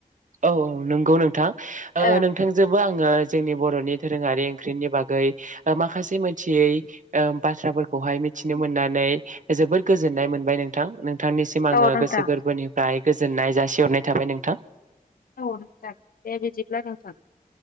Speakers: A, on the right; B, on the left.
A: औ औ नंगौ नोंथां
B: ओ
A: नोंथांजोंबो आङो जोंनि बर'नि थाखै दोरोङारि ओंख्रिनि बागै माखासे मोनथियै बाथ्राफोरखौहाय मिथिनो मोननानै जोबोद गोजोननाय मोनबाय नों थां नोंथांनिसिम आङो
B: औ नोंथां
A: गोसो गोरबोनिफ्राय गोजोननाय जासिहरनाय थाबाय नोंथां
B: औ नोंथां बे बिदिब्ला नोंथां